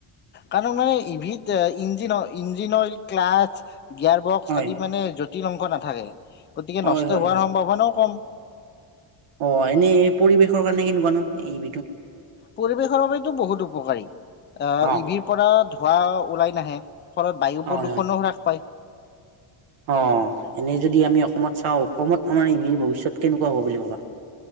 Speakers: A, on the left (about 25°); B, on the right (about 85°).
A: কাৰণ মানে ইভিত engine engine oil clutch gear box
B: হয়
A: আদি মানে যত কি মাংস নাথাকে। গতিকে
B: হয়
A: নষ্ট
B: হয়
A: হোৱাৰ
B: হয়।
A: সম্ভাৱনাও কম,
B: অ এনেই পৰিৱেশৰ কাৰণে কেনেকুৱানো এই বিধু
A: পৰিৱেশৰ বাবেতো বহুত উপকাৰী আহ
B: অ
A: ইভিৰ পৰা ধোঁৱা ওলাই, নাহে ফলত বায়ু প্ৰদূষণো
B: অ হয়
A: হ্ৰাস পায়
B: অ এনেই যদি আমি অসমত চাও, অসমত আমাৰ ই ভৱিষ্যত কেনেকোৱা হ'ব বুলি ভাবা,